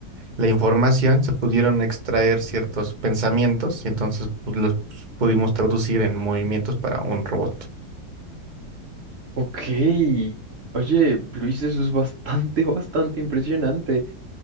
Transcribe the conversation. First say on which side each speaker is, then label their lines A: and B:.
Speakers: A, on the right; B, on the right.
A: la información, se pudieron extraer ciertos pensamientos y entonces pues, los pudimos traducir en movimientos para un robot.
B: ok. Oye, Luis, eso es bastante, <laughs> bastante impresionante.